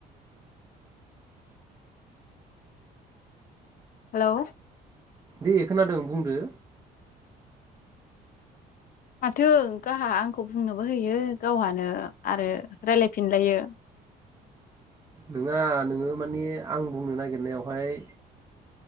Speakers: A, on the left (about 55°); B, on the right (about 20°).
A: हेलौ।
B: दे खोनादों बुंदो।
A: माथो गाहा आंखौ बुंनोबो होयो गावहानो आरो राय्लायफिनलायो।
B: नोङा नोङो मानिे आं बुंनो नागिरनायावहाय।